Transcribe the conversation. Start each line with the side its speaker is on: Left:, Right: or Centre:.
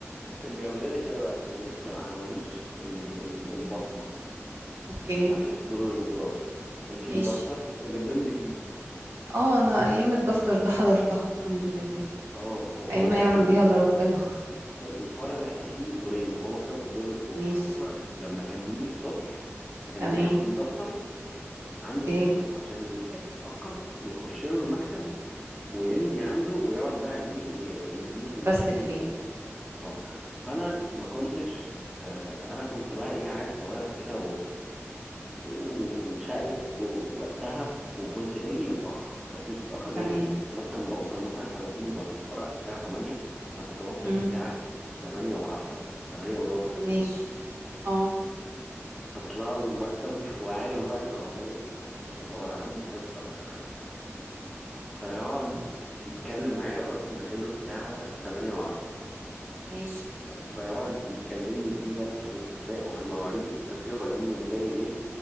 Centre: كان بيعمل لنا كده بقى كانوا لسه ما عملوش ال- ال- البصمة
Right: اوكي
Centre: بتاعة الحضور والانصراف كان في
Right: ماشي
Centre: الدفتر اللي بنمضي فيه
Right: اه انا ايام الدفتر ده حضرتها الحمد لله
Centre: اه وهو
Right: ايام ما
Centre: احنا
Right: يعلم
Centre: ال-
Right: بيها الا ربنا
Centre: الفرع اللي احنا فيه دورين وهو مكتبه في الدور اللي فوق
Right: ماشي
Centre: فهو لما كان بيجي الصبح كان
Right: تمام
Centre: بياخد الدفتر عنده
Right: اوكي
Centre: في المكتب عشان اللي اتأخر يخش له المكتب ويمضي عنده ويقعد بقى ايه ي- يديله كلمتين
Right: بس فيه
Centre: اه آه. فانا ما كنتش آه، انا كنت بقى ايه عيل صغير كده وشقي ووقتها وكنت باجي متأخر بس مش متأخر جامد
Right: تمام
Centre: يعني كنت مثلا بوصل مثلا احنا المفروض نبقى في الفرع الساعة 8 انا كنت بوصل
Right: امم
Centre: الساعة 8 و10 8 وربع
Right: ماشي
Centre: كده
Right: اه
Centre: اطلع له المكتب <laughs> وعارف بقى ان هو ايه هو عندي حصة <laughs> فيقعد يتكلم معايا بقى مثلا داخل له الساعة 8 و10
Right: ماشي
Centre: فيقعد يكلمني دي درس في الأخلاق وفي المواعيد ومش عارف ايه وبعدين يقوم جاي ايه